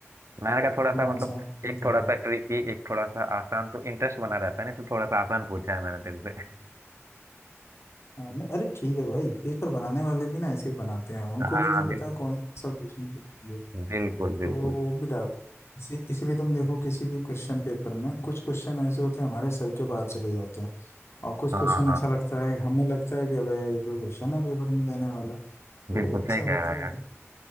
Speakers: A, on the right; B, on the left.
A: मैंने कहा थोड़ा सा
B: हाँ
A: मतलब
B: शाम
A: एक
B: का
A: थोड़ा
B: कप
A: सा ट्रिकी एक थोड़ा सा आसान तो इंटरेस्ट बना रहता है ना इसलिए थोड़ा सा आसान पूछा है मैंने तेरे से
B: हाँ, नहीं, अरे ठीक है भाई पेपर बनाने वाले भी ना ऐसे ही बनाते हैं उनको
A: <laughs>
B: भी नहीं
A: हाँ
B: पता
A: बिल,
B: कौन सा क्वेश्चन किसके लिए
A: बिल्कुल
B: तो
A: बिल्कुल
B: वो भी डाल इसी- इसीलिए तुम देखो किसी भी क्वेश्चन पेपर में कुछ क्वेश्चन ऐसे होते हैं हमारे सर के बाहर चले जाते हैं और कुछ
A: हाँ
B: क्वेश्चन
A: हाँ
B: ऐसा लगता है हमें लगता है कि अबे ये कोई क्वेश्चन है पेपर में देने वाला तो
A: बिल्कुल
B: ऐसा
A: सही कह
B: होता
A: रहा है यार
B: है